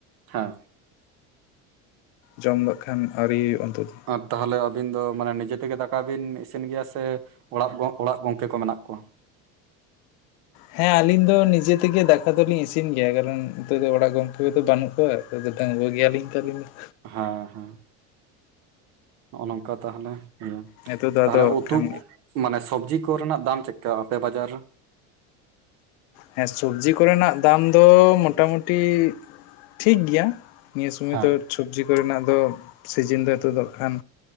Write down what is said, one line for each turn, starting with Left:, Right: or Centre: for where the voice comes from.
Right: ᱦᱮᱸ᱾
Left: ᱡᱚᱢ ᱫᱚ ᱦᱟᱸᱠᱷᱟᱱ ᱟᱹᱣᱨᱤ ᱦᱩᱭᱩᱜᱼᱟ ᱱᱤᱛᱚᱜ ᱫᱚ᱾
Right: ᱟᱨ ᱛᱟᱦᱞᱮ ᱟᱹᱵᱤᱱ ᱫᱚ ᱢᱟᱱᱮ ᱱᱤᱡᱮ ᱛᱮᱜᱮ ᱫᱟᱠᱟ ᱵᱤᱱ ᱤᱥᱤᱱ ᱜᱮᱭᱟ ᱥᱮ ᱚᱲᱟᱜ ᱜᱚᱝ ᱚᱲᱟᱜ ᱜᱚᱝᱠᱮ ᱠᱚ ᱢᱮᱱᱟᱜ ᱠᱚᱣᱟ?
Left: ᱦᱮᱸ ᱟᱹᱞᱤᱧ ᱫᱚ ᱱᱤᱡᱮ ᱛᱮᱜᱮ ᱫᱟᱠᱟ ᱫᱚᱞᱤᱧ ᱤᱥᱤᱱ ᱜᱮᱭᱟ, ᱠᱟᱨᱚᱱ ᱱᱤᱛᱚᱜ ᱫᱚ ᱚᱲᱟᱜ ᱜᱚᱢᱠᱮ ᱠᱚᱫᱚ ᱵᱟᱹᱱᱩᱜ ᱠᱚᱣᱟ, ᱱᱤᱛᱳᱜ ᱫᱚ ᱰᱟᱹᱜᱩᱭᱟᱹ ᱜᱮᱭᱟᱞᱤᱧ ᱛᱟᱹᱞᱤᱧ ᱫᱚ᱾
Right: ᱦᱮᱸ ᱦᱮᱸ᱾ ᱱᱚᱜᱼᱚ ᱱᱚᱝᱠᱟ ᱛᱟᱦᱚᱞᱮ ᱤᱭᱟᱹ,
Left: ᱱᱤᱛᱚᱜ ᱫᱚ
Right: ᱛᱟᱦᱚᱞᱮ
Left: ᱟᱫᱚ
Right: ᱩᱛᱩ
Left: ᱠᱷᱟᱱ
Right: ᱢᱟᱱᱮ ᱥᱚᱵᱡᱤ ᱠᱚᱨᱮᱱᱟᱜ ᱫᱟᱢ ᱪᱮᱫ ᱠᱟ ᱟᱯᱮ ᱵᱟᱡᱟᱨ ᱨᱮ?
Left: ᱦᱮᱸ ᱥᱚᱵᱡᱤ ᱠᱚᱨᱮᱱᱟᱜ ᱫᱟᱢ ᱫᱚ ᱢᱚᱴᱟᱢᱩᱴᱤ ᱴᱷᱤᱠ ᱜᱮᱭᱟ, ᱱᱤᱭᱟᱹ ᱥᱚᱢᱚᱭ
Right: ᱦᱮᱸ
Left: ᱫᱚ ᱥᱚᱵᱡᱤ ᱠᱚᱨᱮᱱᱟᱜ ᱫᱚ ᱥᱤᱡᱤᱱ ᱫᱚ ᱱᱤᱛᱚ ᱫᱚ ᱱᱟᱜᱼᱠᱷᱟᱱ